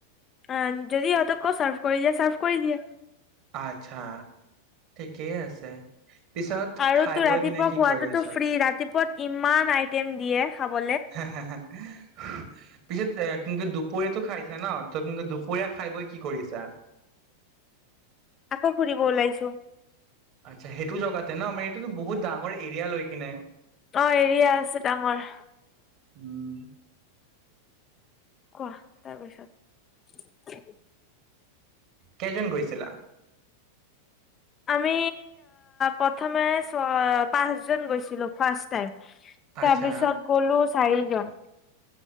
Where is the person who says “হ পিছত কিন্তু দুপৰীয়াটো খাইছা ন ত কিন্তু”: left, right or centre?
Right